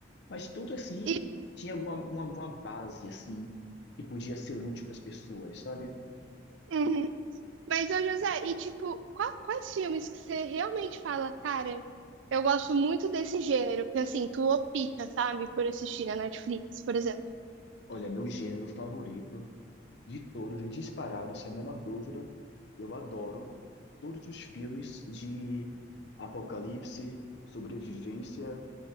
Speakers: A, on the left; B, on the right.
A: Mas tudo assim
B: E,
A: tinha alguma uma, uma base assim que podia ser útil para as pessoas, sabe?
B: uhum. Mas, ô José, e tipo, qua- quais filmes que você realmente fala, cara, eu gosto muito desse gênero? Porque assim, tu opta, sabe, por assistir na Netflix, por exemplo.
A: Olha, meu gênero favorito de todos, é disparado, sem a menor dúvida, eu adoro todos os filmes de apocalipse, sobrevivência,